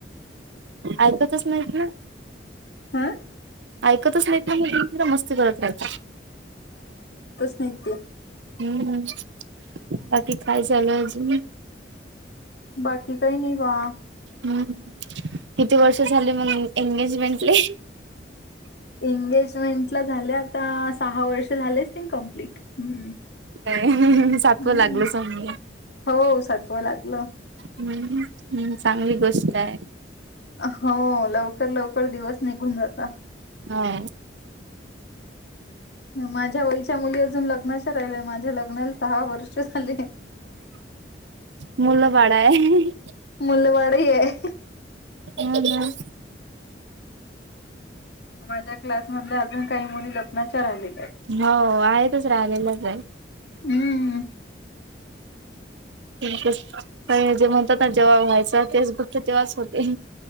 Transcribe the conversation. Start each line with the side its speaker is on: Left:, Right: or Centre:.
Right: ऐकातच नाहीत.
Left: हा.
Right: ऐकतच नाही मस्ती करत रात.
Left: नाही ते.
Right: हम्म बाकी काय चालू अजून.
Left: बाकी काही नाही बा.
Right: हम्म किती वर्ष झाले मग एंगेजमेंटले.
Left: एंगेजमेंटला झाल्या आता सहा वर्ष झाले. कमप्लीट हम्
Right: नाही सातवं
Left: हम्.
Right: लागलं समजा
Left: हो सत्व लागलं.
Right: हम्म हम्म चांगली गोष्ट आहे.
Left: हो लवकर लवकर दिवस निघून जातात.
Right: हा.
Left: माझ्या वयच्या मुली अजून लग्नाच्या राहिल्या. माझ्या लग्नाला सहा वर्ष झाली.
Right: मुल बाळाा आहे.
Left: मुलंबाळही आहे
Right: एंगनं.
Left: माझ्या क्लास मध अजून काही मुली लग्नाच्या राहिलेल्या आहेत.
Right: हो आहेतच राहिलेलंच आहे.
Left: आहेत हम्म
Right: का जे म्हणतात ना जेव्हा व्हायचं तेच गोष्ट तेव्हाच होते.